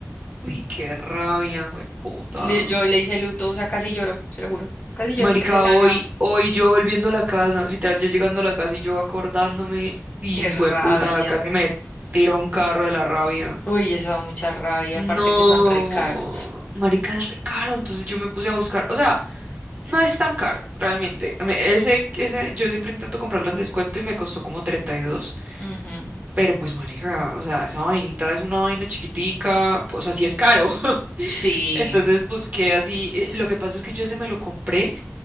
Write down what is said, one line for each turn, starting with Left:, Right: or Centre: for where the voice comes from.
Right: Uy, qué rabia, puta.
Left: le- yo le hice luto, o sea, casi lloro, se lo juro. Casi lloro
Right: Marica,
Left: porque estaba
Right: hoy,
Left: nuevo.
Right: hoy yo volviendo a la casa, literal, yo llegando a la casa y yo acordándome, y
Left: Qué rabia.
Right: puta, casi me tira un carro de la rabia.
Left: Uy, eso da mucha rabia,
Right: No,
Left: aparte que son re caros.
Right: marica, es re caro, entonces yo me puse a buscar, o sea, no es tan caro, realmente. Me- Ese, ese, yo siempre intento comprarlo en descuento y me costó como 32.
Left: Ujú.
Right: Pero pues, marica, o sea, esa vainita es una vaina chiquitica, o sea, sí es caro. <laughs>
Left: Sí.
Right: Entonces busqué así, eh, lo que pasa es que yo ese me lo compré